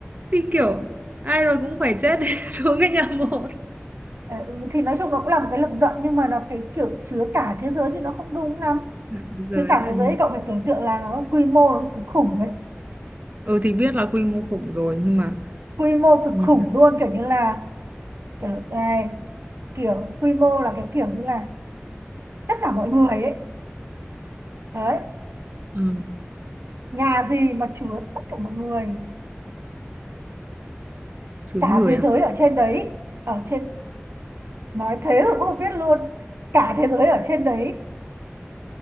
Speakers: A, on the right; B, on the right.
A: Thì kiểu ai rồi cũng phải chết để <laughs> xuống cái nhà mồ.
B: Ờ, ừ, thì nói chung nó cũng là một cái lập luận nhưng mà nó cái kiểu chứa cả thế giới thì nó không đúng lắm
A: Cả thế
B: chứa
A: giới
B: cả
A: là
B: thế giới thì cậu phải tưởng tượng là nó quy mô nó cực khủng ấy
A: ừ thì biết là quy mô khủng rồi nhưng mà
B: quy mô cực
A: nhà
B: khủng luôn kiểu như là kiểu này kiểu quy mô là cái kiểu như là tất cả mọi người ấy đấy
A: ừ,
B: nhà gì mà chứa tất cả mọi người
A: chứa
B: cả
A: người
B: thế
A: à?
B: giới ở trên đấy ở trên nói thế rồi cũng không biết luôn cả thế giới ở trên đấy